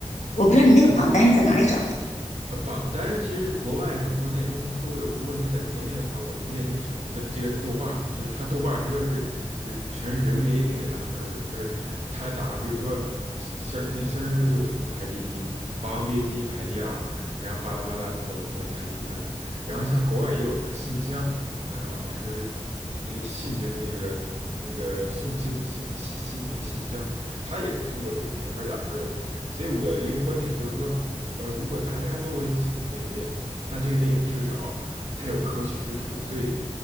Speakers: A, on the left (about 75°); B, on the right (about 70°).
A: 我不知道你那个榜单是在哪里找的。
B: 啊，呃，榜单其实是国外和国内它是都有。如果您在国内的话，我推荐您使用这个这个豆瓣儿，就是它豆瓣儿它就是就是全是人为那个打分儿的，就是它打比如说肖那个肖申克救赎》排第一，《霸王别姬》排第二，然后巴拉巴拉那个那个排第三。然后像国外也有像信箱这样的网站，就是一那个信就是那个那个送信的信信信那个信箱，它也是通过这个评分儿打分儿的。所以我的一个观点就是说，呃，如果大家都很喜欢这个电影，那这个电影至少它有可取之处，所以